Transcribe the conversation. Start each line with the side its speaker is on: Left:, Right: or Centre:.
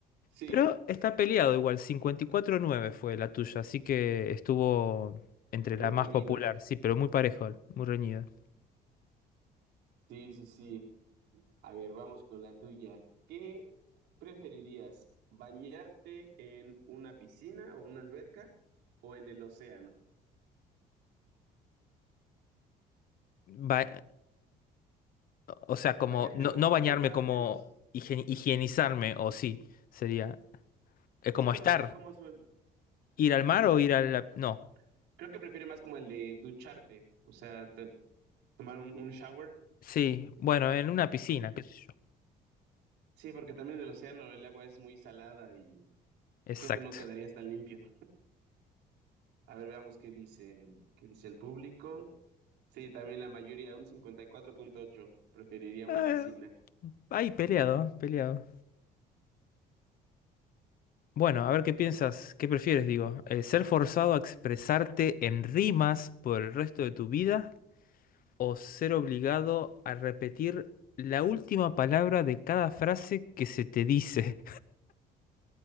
Right: <laughs> Sí,
Left: Pero está peleado igual, cincuenta y cuatro nueve fue la tuya, así que estuvo entre
Right: muy
Left: la
Right: reñido.
Left: más popular, sí, pero muy parejo, muy reñido.
Right: Sí, sí, sí. A ver, vamos con la tuya. ¿Qué preferirías, bañarte en una piscina o una alberca o en el océano?
Left: Va, O sea, como
Right: Bañarte
Left: no,
Right: o
Left: no bañarme,
Right: ducharte,
Left: como
Right: no sé.
Left: higie- higienizarme, o sí, sería. Es como
Right: Sí, bueno,
Left: estar.
Right: no sé cómo suena.
Left: Ir al mar
Right: No.
Left: o ir
Right: <laughs>
Left: a la. No.
Right: Creo que prefiere más como el de ducharte, o sea, te- tomar un, un shower.
Left: Sí, bueno, en una piscina. qué sé yo.
Right: Sí, porque también en el océano el agua es muy salada y,
Left: Exacto.
Right: y creo que no quedaría tan limpio. A ver, veamos qué dice, qué dice el público. Sí, también la mayoría, un cincuenta y cuatro punto ocho preferiría una
Left: Ah,
Right: piscina.
Left: ahí peleado, peleado. Bueno, a ver qué piensas, qué prefieres, digo. Eh, ¿ser forzado a expresarte en rimas por el resto de tu vida o ser obligado a repetir la última palabra de cada frase que se te dice?